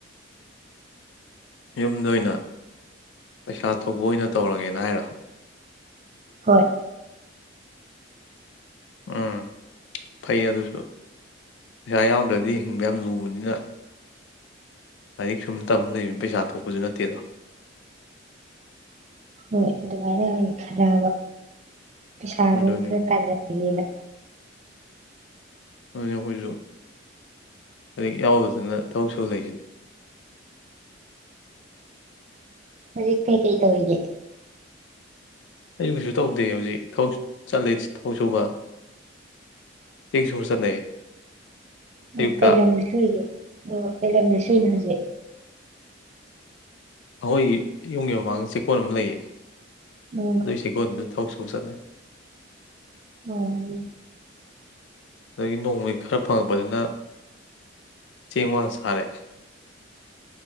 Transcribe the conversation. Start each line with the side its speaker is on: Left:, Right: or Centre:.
Left: ꯌꯨꯝꯗ ꯑꯣꯏꯅ ꯄꯩꯁꯥ ꯊꯣꯛꯕ ꯑꯣꯏꯅ ꯇꯧꯔꯒꯦꯅ ꯍꯥꯏꯔꯣ
Right: ꯍꯣꯏ
Left: ꯎꯝ ꯐꯩ ꯑꯗꯨꯁꯨ ꯄꯩꯁꯥ ꯌꯥꯎꯗ꯭ꯔꯗꯤ ꯍꯤꯡꯕ ꯌꯥꯝ ꯂꯨꯕꯅꯤꯅ ꯂꯥꯏꯔꯤꯛ ꯁꯨꯝ ꯇꯝ ꯂꯩꯅꯤ ꯄꯩꯁꯥ ꯊꯣꯛꯄꯁꯨ ꯅꯠꯇꯦꯗ
Right: ꯍꯣꯏ ꯑꯗꯨꯃꯥꯏꯅꯥ ꯑꯣꯢꯅ ꯈꯜꯂꯑꯥꯕ ꯄꯩꯁꯥꯗꯨ
Left: ꯑꯗꯨꯅꯤ
Right: ꯈꯔꯥ ꯇꯥꯟꯖꯟꯒꯦꯅ
Left: ꯑꯗꯨꯅ ꯑꯈꯣꯏꯖꯨ ꯂꯩꯔꯤꯛ ꯌꯥꯎꯗꯗꯅ ꯊꯕꯛ ꯁꯨ ꯂꯩꯖꯤꯅꯤ
Right: ꯍꯧꯖꯤꯛ ꯀꯩꯀꯩ ꯇꯧꯔꯤꯒꯦ
Left: ꯑꯩꯁꯨ ꯀꯩꯁꯨ ꯇꯧꯗꯦ ꯍꯧꯖꯤꯛ ꯊꯕꯛ ꯆꯠꯂꯦ ꯊꯕꯛ ꯁꯨꯕ ꯆꯦꯛ ꯁꯨꯕ ꯆꯠꯂꯦ ꯑꯌꯨꯛꯇ
Right: ꯎ ꯀꯩ ꯂꯝꯗ ꯁꯨꯨꯏꯒꯦ ꯑꯣ ꯀꯩ ꯂꯝꯗ ꯁꯨꯏꯅꯣ ꯍꯨꯖꯤꯛ
Left: ꯑꯈꯣꯏ ꯌꯨꯝꯒꯤ ꯃꯃꯥꯡꯗ ꯆꯦꯛꯀꯣꯟ ꯑꯃ ꯂꯩꯌꯦ
Right: ꯑꯣ
Left: ꯑꯗꯨꯏ ꯆꯦꯀꯣꯟꯗ ꯊꯕꯛ ꯁꯨꯕ ꯆꯠꯂꯦ
Right: ꯑꯣ
Left: ꯑꯗꯒꯤ ꯅꯣꯡꯃꯒꯤ ꯈꯔ ꯐꯪꯉꯛꯄꯗꯨꯅ ꯆꯦꯡ ꯋꯥꯜꯂ ꯆꯥꯔꯦ